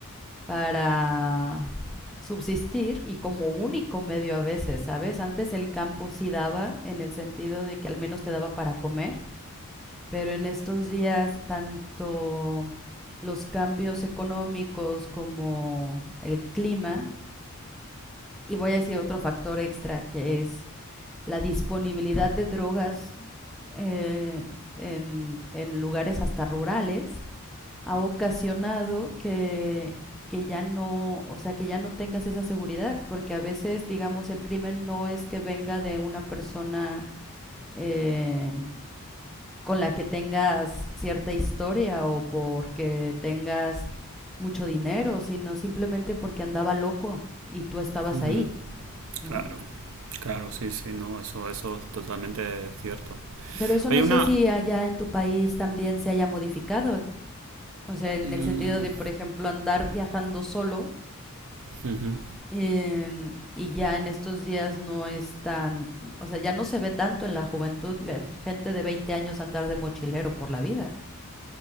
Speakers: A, in the centre; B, on the right.
A: para subsistir y como único medio a veces, ¿sabes? Antes el campo sí daba en el sentido de que al menos te daba para comer, pero en estos días tanto los cambios económicos como el clima y voy a decir otro factor extra que es la disponibilidad de drogas eh, en, en lugares hasta rurales ha ocasionado que, que ya no, o sea, que ya no tengas esa seguridad, porque a veces, digamos, el crimen no es que venga de una persona eh, con la que tengas cierta historia o porque tengas mucho dinero, sino simplemente porque andaba loco y tú estabas
B: Ujú.
A: ahí, ¿no?
B: Claro, claro, sí, sí, no, eso, eso es totalmente cierto.
A: Pero eso
B: Oye,
A: no sé
B: una...
A: si allá en tu país también se haya modificado. O sea, en
B: mm,
A: el sentido de, por ejemplo, andar viajando solo
B: ujú.
A: Eh, y ya en estos días no es tan, o sea, ya no se ve tanto en la juventud gente de 20 años andar de mochilero por la vida.